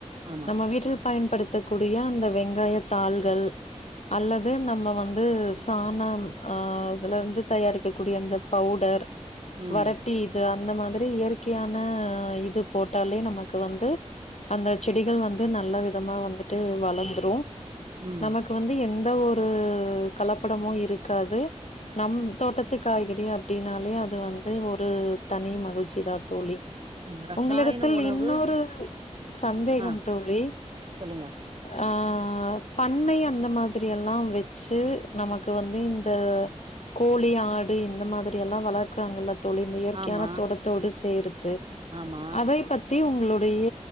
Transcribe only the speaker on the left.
நம்ம வீட்டில் பயன்படுத்தக்கூடிய அந்த வெங்காய தாள்கள் அல்லது நம்ம வந்து சாணம் அ அதுலருந்து தயாரிக்கக்கூடிய அந்த பவுடர்
வறட்டி இது அ ந்த மாதிரி இயற்கையான இது போட்டாலே நமக்கு வந்து அந்த செடிகள் வந்து நல்ல விதமா வந்துட்டு வளந்துரு
நமக்கு வந்து எந் த ஒரு கலப்படமு இருக்காது நம் தோட்டத்து காய்கறி அப் டின்னாலே அது வந்து ஒரு தனி மகிழ்ச்சி தா தோழி
உங்களிடத்தில்
இன்னொரு சந்தேகம்
தோழி
அ பண்ணை அந்த மாதிரி எல்லா வச்சு நமக்கு வந்து இந்த கோழி ஆடு இந்த மாதி ரி எல்லா வளர்க்கிறாங்கல்ல தோழி இந்த இயற்கையான
தோட்டத்தோடு சேர் த்து
அதை பத்தி உங் ளுடைய